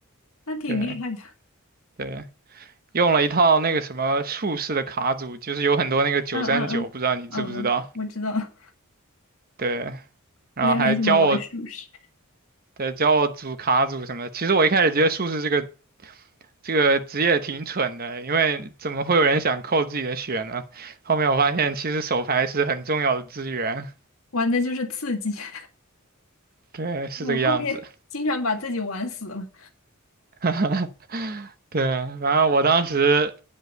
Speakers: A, on the left; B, on the right.
A: 那挺厉害的。
B: 对对。用了一套那个什么术士的卡组，就是有很多那个九三九，
A: 嗯嗯嗯嗯嗯，
B: 不知道你知不知道？
A: 我知道，
B: 对，然后还教我，
A: 我也很喜欢玩术士，
B: 对，教我组卡组什么的。其实我一开始觉得术士这个这个职业挺蠢的，因为怎么会有人想扣自己的血呢？后面我发现其实手牌是很重要的资源，
A: 玩的就是刺激。<laughs>
B: 对，是这个样子。
A: 我后面经常把自己玩死了，
B: <laughs> 对，然后我当时